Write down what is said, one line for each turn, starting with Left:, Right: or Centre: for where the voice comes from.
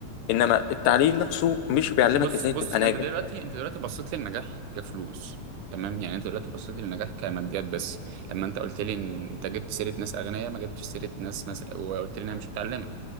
Left: إنما التعليم نفسه مش بيعلمك
Right: بص
Left: إزاي
Right: بص
Left: تبقى ناجح
Right: انت دلوقتي انت دلوقتي بصيت للنجاح كفلوس تمام يعني انت دلوقتي بصيت للنجاح كماديات بس لما انت قلت لي ان انت جبت سيره ناس اغنياء ما جبتش سيره ناس مثلا وقلت لي انها مش متعلمه